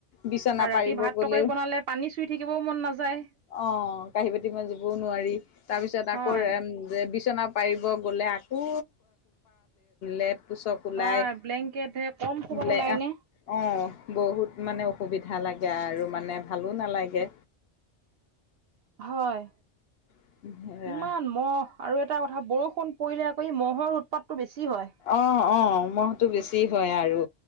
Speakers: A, on the left (about 65°); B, on the right (about 60°).
A: বিচনা
B: আৰু ৰাতি
A: পাৰিব
B: ভাত
A: গ'লেও
B: তৰকাৰি বনালে পানী চুই থাকিবও মন নাযায়।
A: অ কাঁহী বাতি মজিবও নোৱাৰি তাৰ পিছত
B: হয়
A: আকৌ যে বিচনা পাৰিব গ'লে আকৌ লেপ পোচক ওলাই
B: হয় ব্লেংকেট হে কম খোপা
A: বোলে
B: ওলাই
A: আহ
B: নে
A: অঁ। বহুত মানে অসুবিধা লাগে আৰু মানে ভালো নালাগে।
B: হয়
A: নালাগে
B: ইমান মহ আৰু এটা কথা বৰষু বৰষুণ পৰিলে আকৌ ই মহৰ উৎপাতটো বেছি হয়
A: অ অ মহটো বেছি হয় আৰু